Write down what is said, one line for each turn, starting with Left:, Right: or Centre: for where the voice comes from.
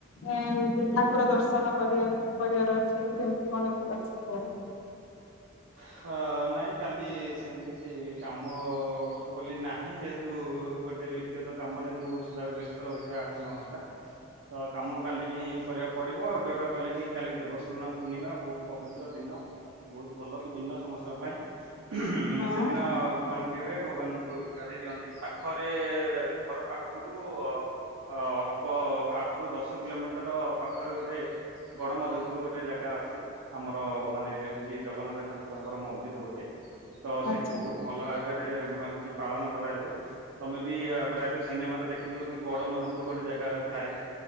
Left: ଏମିତି ଠାକୁର ଦର୍ଶନ କରିବାକୁ କରିବାର ଅଛି କି କେମିତି କଣ ଅଛି କୁହ?
Right: ହଁ ନାଇଁ କାଲି ସେମିତି କିଛି କାମ ବୋଲି ନାହିଁ। ଯେହେତ ତୁ ଗୋଟେ ବ୍ୟକ୍ତିଗତ କାମରେ ମୁଁ ସଦାବେଳେ ବ୍ୟସ୍ତ ରହିଥାଏ ଆଠରୁ ନଅ ଘଣ୍ଟା। ତ କାମ କାଲିକି କରିବାକୁ ପଡିବ ଆଉ ଯୋଉଟା କହିଲ କି କାଲି ଦେବସ୍ନାନ ପୂର୍ଣ୍ଣିମା ବୋହୁତୁ ପବିତ୍ର ଦିନ। ବୋହୁତୁ ଭଲ ବି ଦିନ ସମସ୍ତଙ୍କ ପାଇଁ ଉଁ
Left: ହଁ
Right: ସେଦିନ କଣ କି ଭାଇ ଭଗବାନଙ୍କୁ ଜା ସେ ଦିଅନ୍ତି ପାଖରେ ଘର ପାଖ ଖୁରୁ ଅ ଅ ହବ ଆଠୁ ରୁ ଦଶ କିଲୋମିଟର ପାଖରେ ଗୋଟେ ଗଡ଼ ମଧୁପୁରୁ ଗୋଟେ ଜାଗା ଅଛି। ଆମର ମାନେ ହେଉଛି ଜଗନ୍ନାଥ ଠାକ ଠାକୁରଙ୍କର ମନ୍ଦିର ଗୋଟେ ତ ସେଇଠି
Left: ଆଚ୍ଛା
Right: ବୋହୁତୁ ଭଲ ଆଗରେ ହେଉଛି ପାଳନ କରାଯାଏ। ତମେ ବି ପ୍ରାୟତଃ ସିନେମାରେ ଦେଖିଥିବ କି ଗଡ ମଧୁପୁର ଗୋଟେ ଜାଗା ଥାଏ?